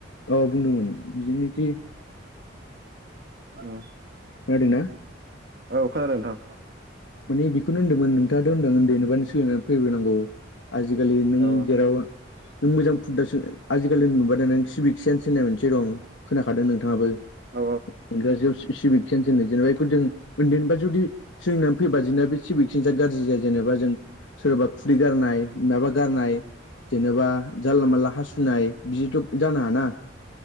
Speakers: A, on the left; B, on the right.
A: औ बुंदोंमोन बिदिनोखि
B: औ।
A: खोनादोंना
B: औ खोनादों नोंथां।
A: माने बेखौनो होनदोंमोन नोंथाङाथ' होनदोंमोन ओनदैनिफायनो सोलिनानै फैबोनांगौ आजिखालि नों
B: औ
A: जेराव नों मोजां फुदा सोलों आजिखालि नुबाय नों सिबिक सेन्स होननाय मोनसे दं खोनाखादों नोंथाङाबो
B: औ
A: इंराजियाव सिबिक सेन्स होनो जेनेबा एखौ जों ओनदैनिबा जुदि जोंना फैबा जोंना बे सिभिक सेन्सआ गाज्रि जाया जेनेबा जों सोरबा खुदै गारनाय माबा गारनाय जेनेबा जानला मानला हासुनाय बिदिथ' जानो हाना